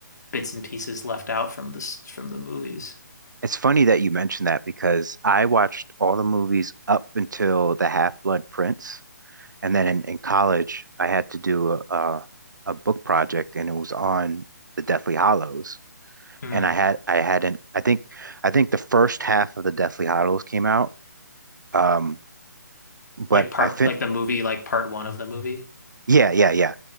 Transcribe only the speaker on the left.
bits and pieces left out from this from the movies.
Mm.
Like part
like the movie, like part one of the movie.